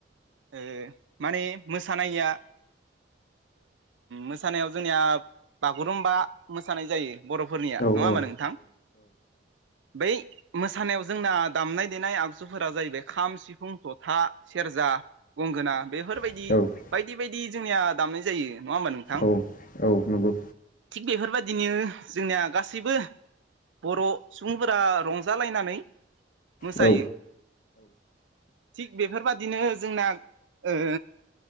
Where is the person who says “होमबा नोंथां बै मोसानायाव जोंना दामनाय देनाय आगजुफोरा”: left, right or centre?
Right